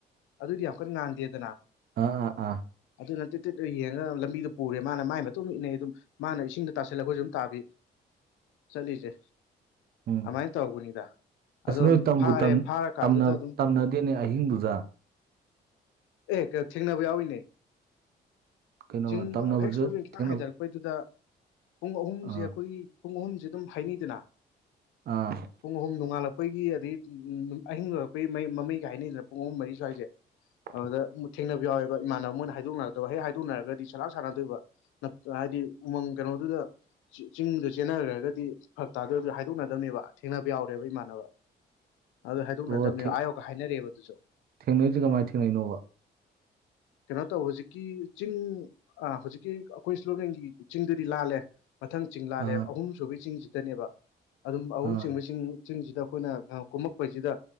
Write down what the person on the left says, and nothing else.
ꯑꯗꯨꯗꯤ ꯌꯥꯝ ꯀꯟꯅ ꯉꯥꯟꯗꯦꯗꯅ
ꯑꯗꯨꯅꯠꯇꯦ ꯇꯦꯠ ꯌꯦꯡꯉꯒ ꯂꯝꯕꯤꯗꯣ ꯄꯨꯔꯦ ꯃꯥꯅ ꯃꯥꯏ ꯃꯇꯨꯡ ꯏꯠꯅꯩ ꯑꯗꯨꯝ ꯃꯥꯅ ꯏꯁꯤꯡꯗ ꯇꯁꯤꯜꯂ ꯑꯩꯈꯣꯏꯁꯨ ꯑꯗꯨꯝ ꯇꯥꯕꯤ ꯆꯠꯂꯤꯁꯦ
ꯑꯗꯨꯃꯥꯏꯅ ꯇꯧꯕꯅꯤꯗ
ꯑꯗꯣ
ꯐꯥꯔꯦ
ꯐꯥꯔ ꯀꯥꯟꯗꯨꯗ
ꯑꯗꯨꯝ
ꯑꯦ ꯀ ꯊꯦꯡꯅꯕ ꯌꯥꯎꯏꯅꯦ
ꯆꯤꯡ
ꯍꯦꯛ <unintelligible>
ꯑꯩꯈꯣꯏꯗꯨꯗ ꯄꯨꯡ ꯑꯍꯨꯝꯁꯦ
ꯑꯩꯈꯣꯏ ꯄꯨꯡ ꯑꯍꯨꯝꯁꯦ ꯑꯗꯨꯝ ꯍꯥꯏꯅꯩꯗꯅ
ꯄꯨꯡ ꯑꯍꯨꯝ ꯅꯣꯡꯉꯥꯜꯂꯛꯄꯒꯤ ꯑꯗꯩ ꯑꯍꯤꯡ ꯂꯣꯏꯔꯛꯄꯒꯤ ꯃꯃꯩꯒ ꯍꯥꯏꯅꯤꯗꯅ ꯄꯨꯡ ꯑꯍꯨꯝ ꯃꯔꯤ ꯁ꯭ꯋꯥꯏꯁꯦ
ꯑꯗꯨꯗ ꯊꯦꯡꯅꯕ ꯌꯥꯎꯋꯕ ꯏꯃꯥꯟꯅꯕ ꯃꯣꯏꯅ ꯍꯥꯏꯗꯣꯛꯅꯔꯛꯇꯕ ꯍ ꯍꯥꯏ ꯑꯗꯨꯅꯔꯒꯗꯤ ꯁꯂꯥꯥꯛ ꯁꯥꯟꯅꯗꯣꯏꯕ ꯍꯥꯏꯗꯤ ꯎꯃꯪ ꯀꯩꯅꯣꯗꯨꯗ ꯆꯤꯡꯗ ꯆꯦꯟꯅꯈ꯭ꯔꯒꯗꯤ ꯐꯛ ꯇꯥꯗꯣꯏꯗꯨ ꯍꯥꯏꯗꯣꯛꯅꯗꯕꯅꯦꯕ ꯊꯦꯡꯅꯕ ꯌꯥꯎꯔꯦꯕ ꯏꯃꯥꯟꯅꯕ
ꯑꯗꯨ ꯍꯥꯏꯗꯣꯛꯅꯗꯕꯅꯦ
ꯑꯥꯌꯧꯒ ꯍꯥꯏꯅꯔꯛꯑꯦꯕ ꯑꯗꯨꯁꯨ
ꯀꯩꯅꯣ ꯇꯧ ꯍꯧꯖꯤꯛꯀꯤ ꯆꯤꯡ ꯍꯧꯖꯤꯛꯀꯤ ꯑꯩꯈꯣꯏ ꯏꯁꯂꯣꯞꯂꯦꯟꯒꯤ ꯆꯤꯡꯗꯨꯗꯤ ꯂꯥꯜꯂꯦ꯫ ꯃꯊꯪ ꯆꯤꯡ ꯂꯥꯜꯂꯦꯕ
ꯑꯍꯨꯝꯁꯨꯨꯕꯒꯤ ꯆꯤꯡꯁꯤꯗꯅꯦꯕ ꯑꯗꯨꯝ ꯑꯍꯨꯝ
ꯆꯤꯡꯕ ꯆꯤꯡ ꯁꯤꯡꯁꯤꯗ ꯑꯩꯈꯣꯏꯅ ꯀꯨꯝꯃꯛꯄꯁꯤꯗ